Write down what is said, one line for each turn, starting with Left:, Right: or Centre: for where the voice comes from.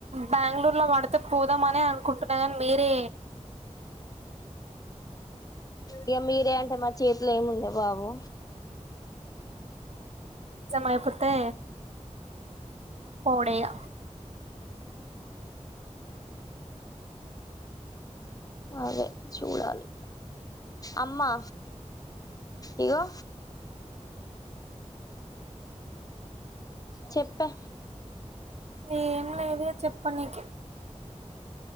Right: బెంగళూరు లో పడితే పోదాంమని అనుకుంటున్నా మేరే
Left: ఇక మీరే అంటే మా చేతిలో ఏముంది బాబు
Right: ఎగ్జామ్ అయిపోతే పోవుడే ఇగ
Left: అదే చూడాలి అమ్మా ఇగో చెప్పా
Right: ఏం లేదు ఇగ చెప్పనీకి